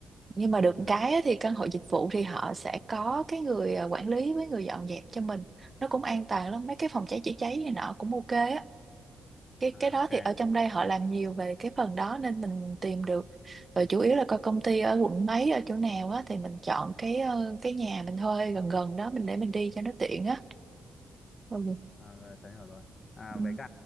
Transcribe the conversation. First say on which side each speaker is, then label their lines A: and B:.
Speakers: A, on the right; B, on the left.
A: nhưng mà được
B: ừ
A: một cái á, thì căn hộ dịch vụ thì họ sẽ có cái người ờ, quản lý với người dọn dẹp cho mình nó cũng an toàn lắm mấy cái phòng cháy chữa cháy này nọ cũng ok á cái
B: à,
A: cái đó
B: ok
A: thì ở trong đây họ làm nhiều về cái phần đó nên mình tìm được và chủ yếu là coi công ty ở quận mấy ở chỗ nào á thì mình chọn cái ờ, cái nhà mình thuê gần gần đó mình để mình đi cho nó tiện á ừ.
B: à, rồi tớ hiểu rồi à
A: Ừ.
B: với cả